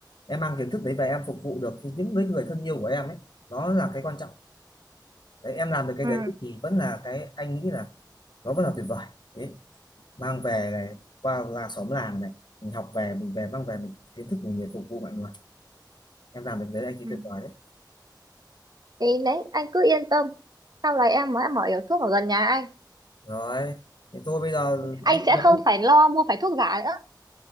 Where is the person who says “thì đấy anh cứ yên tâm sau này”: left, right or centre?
Right